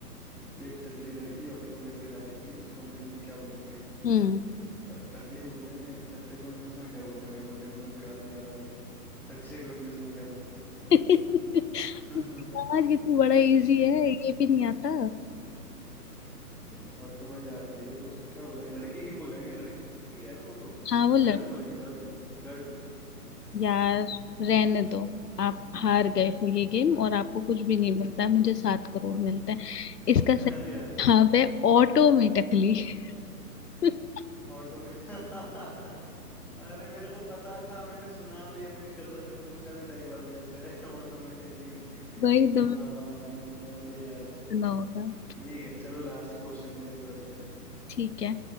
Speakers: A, in the centre; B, on the left (about 75°).
A: एक टकली लड़की ऑटो में बैठ के जा रही थी उसको अंग्रेजी में क्या बोलेंगे
B: हम्म
A: ट- टकली बोलेंगे टकले को इंग्लिश में क्या बोलते हैं वही बोलेंगे मेरे को याद नहीं आ रहा अभी टकले को इंग्लिश में क्या बोलते
B: <laughs>
A: हैं
B: यार ये तो बड़ा इजी है ये भी नहीं आता
A: <laughs> ऑटो में जा रही है तो उसको क्या बोलेंगे लड़की ही बोलेंगे लड़की ही है ना वो तो
B: हाँ वो लड़
A: गर्ल बोलेंगे गर्ल गर्ल
B: यार रहने दो आप हार गए हो ये गेम और आपको कुछ भी नहीं मिलता है मुझे सात करोड़ मिलता है इसका
A: अरे
B: सही
A: यार
B: हाँ है ऑटोमेटिकली <laughs>
A: ऑटो में <laughs> अरे मेरे को पता था मैंने सुना भी है मेरी कजन ने पूछा भी था एक बार मेरे से <laughs> ऑटोमेटिकली
B: वही तो
A: हाँ अरे यार
B: ना होगा
A: ठीक है चलो लास्ट क्वेश्चन मेरी तरफ से
B: ठीक है